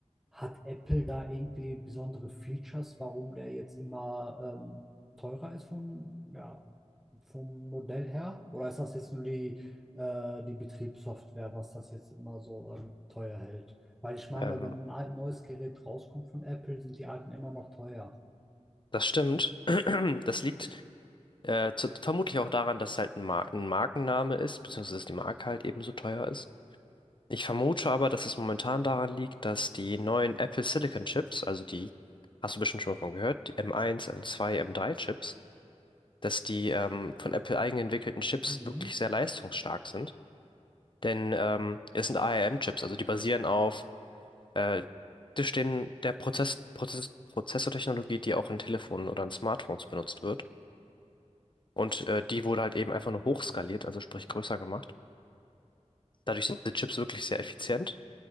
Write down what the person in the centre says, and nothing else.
hat Apple da irgendwie besondere Features, warum der jetzt immer ähm, teurer ist vom, ja, vom Modell her? Oder ist das jetzt nur die, äh, die Betriebssoftware, was das jetzt immer so ähm, teuer hält? Weil ich meine,
wenn ein alt neues Gerät rauskommt von Apple, sind die alten immer noch teuer.
Mhm,